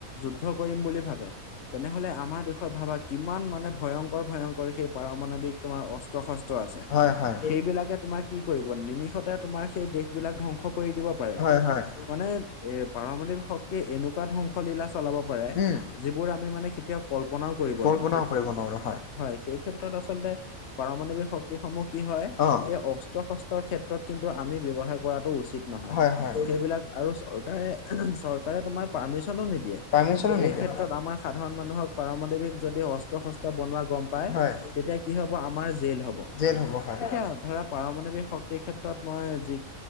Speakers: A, on the left; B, on the left.
A: যুদ্ধ কৰিম বুলি ভাবে। তেনেহলে আমাৰ দেশৰ ভাবা কিমান মানে ভয়ংকৰ ভয়ংকৰ সেই পাৰমাণৱিক তোমাৰ অস্ত্ৰ-শস্ত্ৰ আছে।
B: হয়।
A: সেইবিলাকে তোমাৰ কি কৰিব নিমিষতে তোমাৰ সেই দেশ বিলাক ধ্বংস কৰি দিব পাৰে।
B: হয় হয়
A: মানে এ পাৰমণিক শক্তিয়ে এনেকুৱা ধংস ধংসলীলা চলাব পাৰে।
B: উম।
A: যিবোৰ আমি মানে কেতিয়াও কল্পনাও কৰিব
B: কল্পনাও
A: নোৱাৰো।
B: কৰিব নোৱাৰো
A: হয় সেই ক্ষেত্ৰত আচলতে পাৰমাৱিক শক্তি সমূহ কি হয়।
B: অ
A: এই অস্ত্ৰ-শস্ত্ৰৰ ক্ষেত্ৰত কিন্তু আমি ব্যৱহাৰ কৰাটো উচিত নহয়।
B: হয় হয়।
A: সেইবিলাক আৰু চৰকাৰে চৰকাৰে তোমাৰ পাৰ্মিশনো নিদিয়ে।
B: পাৰ্মিচনো নিদিয়ে।
A: এই ক্ষেত্ৰত আমাৰ সাধাৰণ মানুহক পাৰমাণৱিক যদি অস্ত্ৰ-শস্ত্ৰ বনোৱা গম পায়।
B: হয়,
A: তেতিয়া কি হ'ব আমাৰ জেল হ'ব। এতিয়া
B: জেল হ'ব হয়,
A: ধৰা পাৰমাৱিক শক্তিৰ ক্ষেত্ৰত মই যি